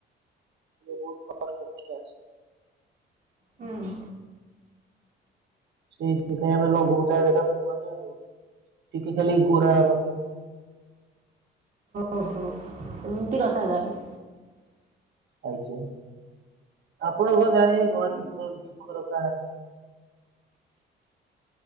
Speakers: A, on the right; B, on the right.
A: ବହୁତ କଷ୍ଟ ମଷ୍ଟ ଆସେ।
B: ହୁଁ,
A: ସେଇଥିପାଇଁ ଆମେ ଲଗଉ ତା ଦେ ମୁହଁରେ ଆଉ ଟିକେ ଖାଲି ଗୋରା ହବାକୁ,
B: ଓହୋ ଏମିତି କଥା ତାହେଲେ,
A: ଆଜ୍ଞା ଆପଣ କଣ ଜାଣିବେ ଘର୍ମୀ ଘର୍ମୀ ଦୁଃଖର କାହାର,